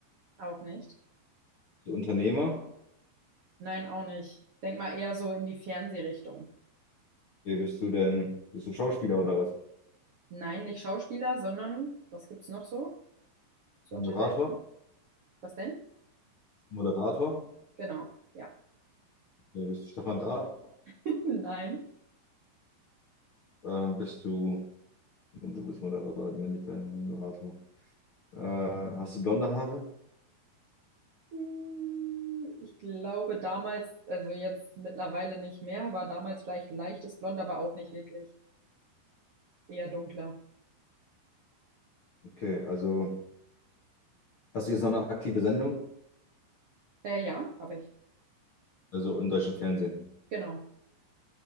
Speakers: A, on the right; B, on the left.
A: Auch nicht.
B: Bist du Unternehmer?
A: Nein, auch nicht. Denk mal eher so in die Fernsehrichtung.
B: Okay, bist du denn, bist du Schauspieler oder was?
A: Nein, nicht Schauspieler, sondern was gibt's noch so zur
B: Moderator?
A: Unterhaltung? Was denn?
B: Moderator?
A: Genau, ja.
B: Okay, bist du Stefan Raab?
A: <laughs> Nein.
B: Ähm, bist du, du bist Moderator, männlich, dein Moderator. Äh, hast du blonde Haare?
A: Hm, Ich glaube damals, also jetzt mittlerweile nicht mehr, aber damals vielleicht leichtes Blond, aber auch nicht wirklich. Eher dunkler.
B: Okay, also hast du jetzt noch eine aktive Sendung?
A: Äh, ja, habe ich.
B: Also im deutschen Fernsehen.
A: Genau.